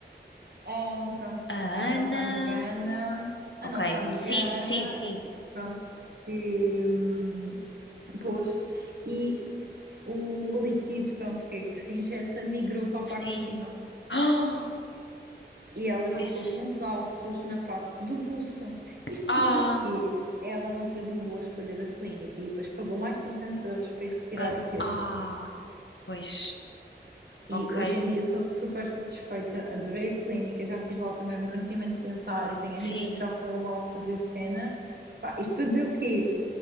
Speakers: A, on the right; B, on the left.
A: Ahm, pronto,
B: Ah,
A: a
B: A
A: nossa
B: Ana.
A: amiga Ana, a
B: Ok,
A: nossa amiga
B: sim, sim,
A: Ana,
B: sim,
A: pronto, que hum, pôs, e o líquido, pronto, que, é que se injeta migrou para a
B: sim.
A: parte de cima.
B: <gasps> Ah,
A: E ela
B: pois.
A: ficou com os altos na parte do buço. Isto
B: Ah,
A: para dizer o quê? Ela não fez uma boa escolha da clínica e depois pagou mais 300 euros para ir retirar
B: pa-
A: aquilo.
B: ah, pois.
A: E
B: Ok,
A: hoje em dia estou super satisfeita, adorei a clínica, já fiz lá também um branqueamento dentário, tenho
B: sim,
A: amigos que já foram lá fazer cenas. Pá, isto para dizer o quê?